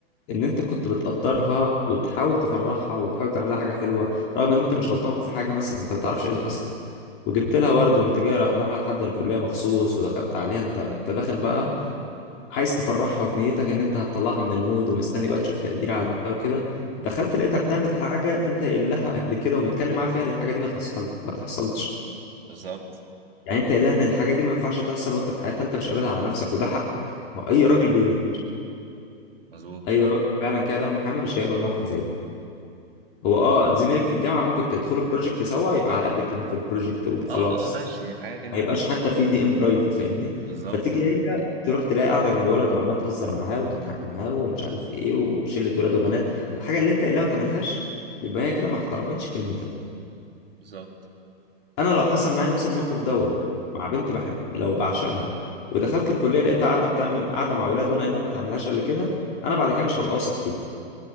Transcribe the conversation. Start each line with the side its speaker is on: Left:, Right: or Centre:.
Left: ان انت كنت بتقدرها وتحاول تفرحها وتحاول تعمل لها حاجه حلوه رغم ان انت مش غلطان في حاجه مثلا انت ما تعرفش ايه اللي حصل وجبت لها ورد وقمت جاي رايح لها لحد الكليه مخصوص ودخلت عليها انت انت داخل بقى عايز تفرحها وفي نيتك ان انت هتطلعها من المود ومستني بقى تشوف تقدير عليها وكده دخلت لقيتها بتعمل حاجه انت قايل لها قبل كده ومتكلم معاها فيها ان الحاجه دي ما تحصل ما تحصلش
Right: بالظبط
Left: يعني انت قايل لها ان الحاجه دي ما ينفعش تحصل وانت في حياتها انت مش قابلها على نفسك وده حقك واي
Right: آه،
Left: راجل بيغير
Right: مظبوط
Left: اي راجل فعلا كده دمه حامي مش هيقبل موقف زي ده هو اه زميلك في الجامعه ممكن تدخلوا بروجكت سوا يبقى على قد الكلام في البروجكت وخلاص
Right: اه اه ماشي حاجه كده
Left: ما يبقاش ايوه حتى في دي ام برايفت فاهمني
Right: بالظبط
Left: فتيجي
Right: اه
Left: هي تروح تلاقي قاعده جنب ولد وعماله تهزر معاه وتضحك معاه ومش عارف ايه وشله ولاد وبنات الحاجه اللي انت اللي ما تعملهاش يبقى هي كده ما احترمتش كلمتك
Right: بالظبط
Left: انا لو حصل معايا نفس الموقف دوت مع بنت بحب لو بعشقها ودخلت الكليه لقيتها قاعده بتعمل قاعده مع ولاد وانا اللي ما تعملهاش قبل كده انا بعد كده مش هبقى واثق فيها